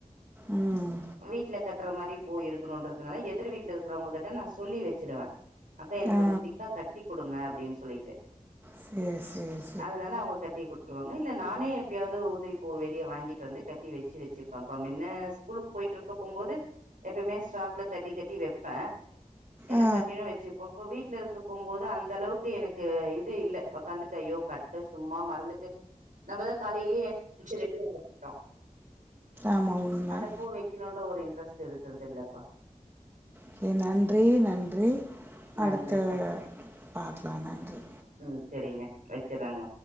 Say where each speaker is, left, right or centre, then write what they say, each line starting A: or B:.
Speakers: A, on the right; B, on the right.
A: ம்
B: வீட்ல கட் டுற மாரி பூ இருக்கணும்றதுனால எதிர் வீட்ல இருக்கவங்ககிட்ட நா சொல்லி வச்சிருவே அக்கா எனக்கு
A: ஆ
B: கொஞ்சோ திக்கா கட்டி குடுங்க அப்டின் சொல்லிட்டு
A: செரி செ
B: அதுனால அவுங்க கட்டி குடு துருவாங்க இல்ல நானே எப்பயாவ்து உதிரி பூ வெளிய வாங்கிட்டு வந்து கட்டி வச்சு வச்சுப்பப்பா மின்ன ஸ்கூலு போய்ட்ருக்க போம்போது எப்பயுமே ஸ்டாக்ல கட்டி கட்டி வெப்பே ஏன்னா
A: ஆ
B: கண்டினியூ வச்சிப்ப இப்ப வீட்ல இருக் கும்போது அந்த அளவுக்கு எனக்கு இது இல்ல வாகாந்து தையோ கட்டு சும்மா மறந்துட்டு நம்பதா காலைலயே <inaudible> ரெடி ஆயிட்டோ
A: ஆமாம் உண்மை
B: அந்த பூ வைக்கணும்ன்ற ஒரு இன்ட்ரெஸ்ட்டு இருக்கிறதுல்லப்பா
A: ஓகே நன்றி நன்றி
B: நன்றிப்பா
A: அடுத்த பாக்கலா நன்றி
B: ம் செரிங்க வச்சுறேங்க